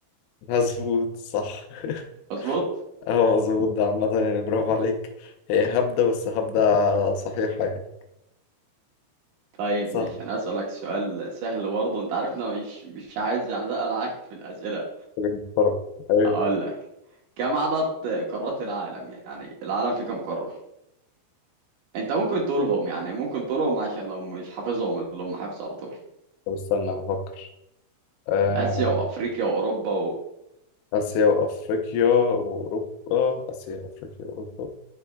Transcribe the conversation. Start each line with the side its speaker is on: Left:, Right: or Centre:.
Left: مظبوط صح <laughs>
Right: مظبوط
Left: اه مظبوط ده عامة يعني برافو عليك هي هبدة بس هبدة صحيحة يعني
Right: طيب
Left: صح
Right: ماشي أنا أسألك سؤال سهل برضه أنت عارف إن أنا مش مش عايز يعني أسأل عليك في الأسئلة
Left: حاجة بسرعة أيوة
Right: هقول لك كم عدد قارات العالم يعني العالم فيه كم قارة انت ممكن تقولهم يعني ممكن تقولهم عشان لو مش حافظهم اللي هم حافظه على طول
Left: طب استنى هفكر آه...
Right: اسيا وافريقيا واوروبا
Left: آسيا وأفريقيا وأوروبا آسيا وأفريقيا وأوروبا